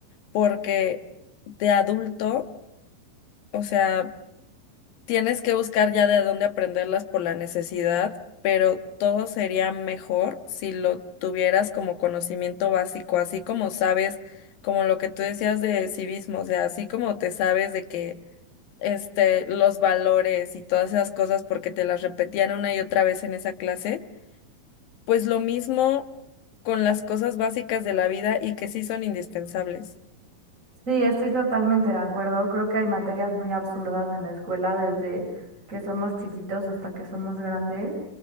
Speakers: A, on the left (about 75°); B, on the right (about 20°).
A: porque de adulto, o sea, tienes que buscar ya de dónde aprenderlas por la necesidad, pero todo sería mejor si lo tuvieras como conocimiento básico, así como sabes, como lo que tú decías de civismo, o sea, así como te sabes de que este, los valores y todas esas cosas porque te las repetían una y otra vez en esa clase, pues lo mismo con las cosas básicas de la vida y que sí son indispensables.
B: Sí, estoy totalmente de acuerdo. Creo que hay materias muy absurdas en la escuela desde que somos chiquitos hasta que somos grandes,